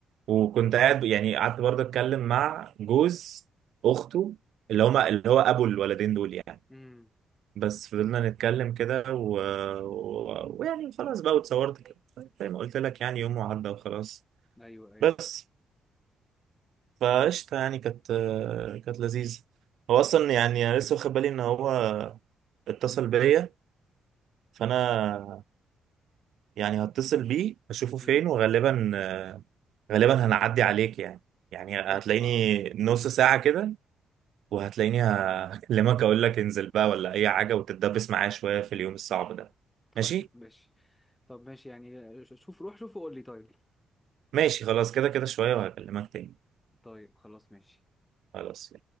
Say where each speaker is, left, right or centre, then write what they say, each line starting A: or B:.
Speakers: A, on the right; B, on the left.
A: وكنت قاعد يعني قعدت برضه أتكلم مع جوز أخته اللي هما اللي هو أبو الولدين دول يعني
B: مم.
A: بس فضلنا نتكلم كده و... و... ويعني خلاص بقى واتصورت كده زي ما قلت لك يعني يوم وعدى وخلاص
B: ايوه ايوه
A: بس فقشطة يعني كانت كانت لذيذة هو أصلا يعني أنا لسه واخد بالي إن هو اتصل بيا فانا يعني هتصل بيه اشوفه فين
B: مم.
A: وغالبا آه، غالبا هنعدي عليك يعني يعني هتلاقيني
B: طب خلاص
A: نص ساعة كده وهتلاقيني ه- هكلمك اقول لك انزل بقى ولا اي حاجة وتتدبس معايا شوية في اليوم الصعب ده
B: <laughs>
A: ماشي
B: طيب ماشي طب ماشي يعني ش- شوف روح شوفه وقول لي طيب
A: ماشي خلاص كده كده شوية وهكلمك تاني
B: طيب خلاص ماشي
A: خلاص